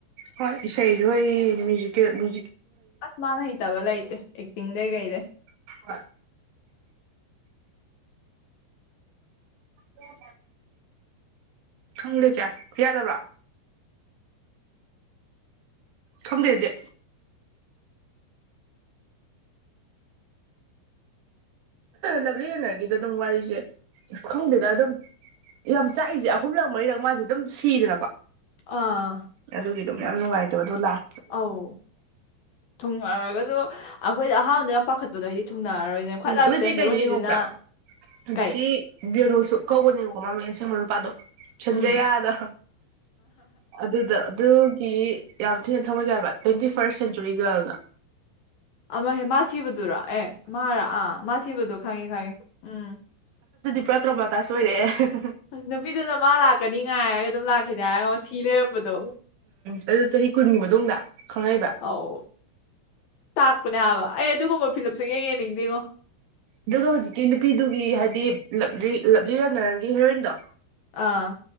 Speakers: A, on the right; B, on the left.
A: ꯍꯣꯏ ꯏꯁꯩꯁꯨ ꯑꯩ ꯃ꯭ꯌꯨꯖꯤꯀꯦꯜꯨ
B: ꯑꯁ ꯃꯥꯅ ꯍꯇꯕꯂ ꯑ ꯇꯤꯟꯗꯦꯒ ꯏꯗ
A: ꯍ ꯍ ꯈꯪ꯭ꯔꯦ ꯆꯦ ꯀ ꯌꯥꯗꯕ꯭ꯔꯥ ꯈꯪꯗꯦꯗꯦ ꯂꯞꯂꯅꯒꯤꯗ ꯑꯗꯨꯝ ꯋꯥꯔꯤꯁꯦ ꯑꯁ ꯈꯪꯗꯦꯗ ꯑꯗꯨꯝ ꯌꯥꯝ ꯆꯥꯛꯏꯁꯦ ꯑꯍꯨꯝꯂꯛ ꯃꯔꯤꯔꯛ ꯃꯥꯁꯦ ꯑꯗꯨꯝ ꯁꯤꯗꯅꯀꯣ
B: ꯑꯥ
A: ꯑꯗꯨꯒꯤ ꯑꯗꯨꯝ ꯌꯥꯝ ꯅꯨꯡꯉꯥꯏꯇꯕ ꯑꯗꯣ ꯂꯥꯛ
B: ꯑꯧ ꯊꯨꯡꯉꯛꯔꯒꯁꯨ ꯑꯩꯈꯣꯏꯗ ꯑꯍꯥꯟꯕꯗ ꯌꯥꯝ ꯄꯥꯈꯠꯄꯗꯣ ꯍꯥꯏꯗꯤ ꯊꯨꯡꯅꯔꯔꯣꯏꯅꯦ ꯈ꯭ꯋꯥꯏ
A: ꯎꯝ
B: ꯂꯥꯁꯇ
A: ꯑꯗꯨꯆꯦ
B: ꯍꯦꯔꯣꯅꯤꯗꯨꯅ
A: ꯀꯩꯗ ꯌꯡꯍꯧꯕ꯭ꯔꯥ ꯍꯧꯖꯤꯛꯀꯤ
B: ꯀꯩ
A: ꯕꯅꯨꯁꯨ ꯀꯧꯕꯅꯦꯕ ꯀꯃ ꯃꯁꯦ ꯃ ꯔꯨꯄꯥꯗꯣ ꯁꯟꯖꯌꯥꯗ
B: ꯎꯝ
A: ꯑꯗꯨꯗ ꯑꯗꯨꯒꯤ ꯌꯥꯝ ꯊꯤꯅ ꯊꯝꯃꯒꯦ ꯍꯥꯏꯕ ꯇ꯭ꯋꯦꯟꯇꯤ ꯐꯥꯔꯁ ꯁꯦꯟꯆꯨꯔꯤ ꯒꯔꯜꯅ
B: ꯑꯃ ꯍꯦꯃꯥ ꯁꯤꯕꯗꯨꯔ ꯑꯦ ꯃꯥꯔ ꯑꯥ ꯃꯥ ꯁꯤꯕꯗꯣ ꯈꯪꯉꯤ ꯈꯪꯉꯤ ꯎꯝ
A: ꯆꯥ ꯇ꯭ꯔꯣꯕꯇꯥꯏ ꯁꯣꯏꯔꯛꯑꯦ
B: ꯑꯁ ꯅꯨꯄꯤꯗꯨꯅ ꯃꯥ ꯂꯥꯛꯀꯅꯤ ꯉꯥꯏꯔꯒ ꯑꯗꯨꯝ ꯂꯥꯛꯈꯤꯗ ꯁꯤꯅꯦꯦ ꯃꯕꯗꯣ
A: ꯇ ꯆꯍꯤ ꯀꯨꯟꯒꯤ ꯃꯇꯨꯡꯗ ꯈꯪꯉꯥꯏꯗ
B: ꯑꯧ ꯇꯥꯛꯄꯅꯦ ꯍꯥꯏꯕ ꯑꯩ ꯑꯗꯨꯒꯨꯝꯕ ꯐꯤꯂꯞꯁ ꯌꯦꯡ ꯌꯦꯡꯅꯤꯡꯗꯦꯉꯣ
A: ꯑꯗꯨꯒ ꯍꯧꯖꯤꯛꯀꯤ ꯅꯨꯄꯤꯗꯨꯒꯤ ꯍꯥꯏꯗꯤ ꯂꯞꯂꯤ ꯂꯞꯂꯤ ꯔꯅꯔꯒꯤ ꯍꯦꯔꯣꯏꯟꯗꯣ
B: ꯑꯥ